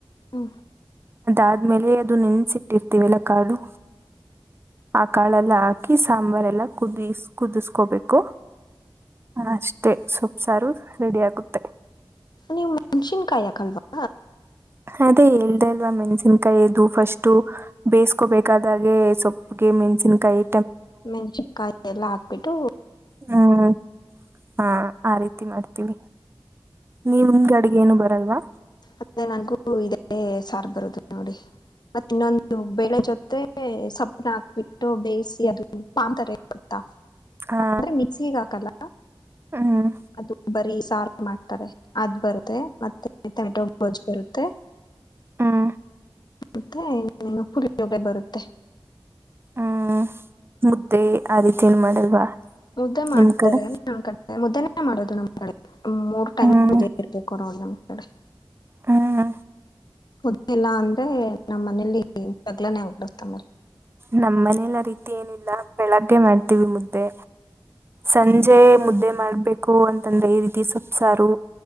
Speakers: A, on the left; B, on the right.
A: ಹ್ಮ
B: ಅಾದ್ಮೇಲೆ ಅದು ನೆನ್ಸಿಟ್ಟಿರ್ತೀವಿ ಎಲ್ಲ ಕಾಳು ಆ ಕಾಳೆಲ್ಲ ಹಾಕಿ ಸಾಂಬಾರ್ಲ್ಲ ಕುದ ಕುದಿಸ್ಕೋಬೇಕು ಅಷ್ಟೇ ಸು ಸಾರು ರೆಡಿ ಆಗುತ್ತೆ
A: ನೀವು್ ಮೆಣಸಿನ್ಕಾಯಿ ಹಾಕಲ್ವಾ
B: ಅದೇ ಇಲ್ದೆ ಅಲ್ವಾ ಮೆಣ್ಸಿನಕಾಯಿದು ಫಸ್ಟು ಬೇಯಿಸಕೋಬೇಕಾದಾಗೆ ಸೊಪ್ಪಗೆ ಮೆಣಸನ್ಕಾಯಿ
A: ಮೆನ್ಷ ಕ ಎಲ್ಲ ಬಿಟ್ಟು
B: ಹ್ಮ್ ಹಾ ಆ ರೀತಿ ಮಾಡ್ತೀವಿ ನೀ ನಿಗೆ ಅಡಗೆ ಏನು ಬರು ಲ್ವಾ
A: ಮತ್ತೆ ನನ್ಗೂ ಇದೇ ಸಾರ್ ಬರುದು ನೋಡಿ ಮತ್ತ ಇನ್ನೊಂದು ಬೆೇಳೆ ಜೊತೆ ಸಪ್ಪನ ಹಾಕ್ಬಿಟ್ಟು ಬೇಯಿಸಿ ಅದು ಪಾಾಮ ತರ ಬಡತ್ತಾ
B: ಹಾ
A: ಅ್ರೆ ಮಿಕ್ಸಿಗ ಹಾಕಲ್ಲ
B: ಹ್ಮ್
A: ಅದು ಬರ ಸಾರ್ ಮಾಡ್ತಾರೆ ಅದ್ ಬರುತ್ತೆ ಮತ್ತೆ ಟೊಮೆಟೊ ಬೋಜ್ ಬರುತ್ತೆ
B: ಹ್ಮ
A: ಮತ್ತೆನು ಪುರಿ ೊಗೆ ಬರುತ್ತೆ
B: ಹ್ಮ್ ಮುದ್ದೆ ಆ ರೀತಿ ಏನ್ ಮಾಡಲ್ವಾ
A: ಮುದ್ದ ಮಾಡ್ತಾರೆ
B: ನಿಮ್ ಕಡೆ
A: ಮುದ್ದ ಮಾಡೋದು ನಮ್ಮ ಕಡೆ ಮೂರ್ ಟೈಮ್
B: ಹ್ಮ್
A: ಉದ ಇರ್ಬೇಕು ನೋಡಿ ನಮ್ಗೆ ಹ
B: ಹ್ಮ್
A: ಮುೊದ್ದಿಲ್ಲ ಅಂದ್ರೆ ನಮ್ಮ್ ಮನೇಲಿ ತಗ್ಲಾನೇ ಆಗ್ಬಿರ್ತ ಮ್ರ
B: ನಮ್ಮ್ ಮನಲ್ಲ ರೀತಿ ಏನಿಲ್ಲ ಬೆಳಗ್ಗೆ ಮಾಡ್ತೀವಿ ಮುದ್ದೆ ಸಂಜೆ ಮುದ್ದೆ ಮಾಡ್ಬೇಕು ೋ ಅಂತಂದ್ರೆ ಈ ರೀತಿ ಸೊಪ್ಸಾರು